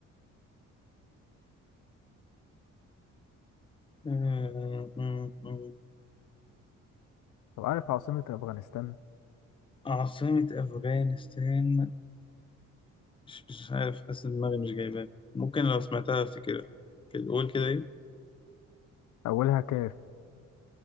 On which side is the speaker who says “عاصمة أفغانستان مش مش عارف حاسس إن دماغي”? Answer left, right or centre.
Left